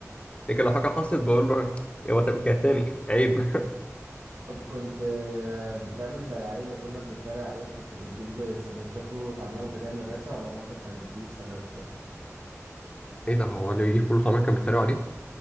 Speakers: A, on the left; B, on the right.
A: لكن لو حاجه حصلت بقول له يا واد كده تاني عيب
B: طب كنت آه، بتعمل زي العيال اللي كنا بنتريق عليهم كنت بتجيب سندوتشات فول وطعمية وانت جاي من المدرسة ولا مامتك كانت بتديك السندوتشات؟
A: <laughs> ايه ده هو اللي بيجيب فلوس عمال كان بيتريقوا عليه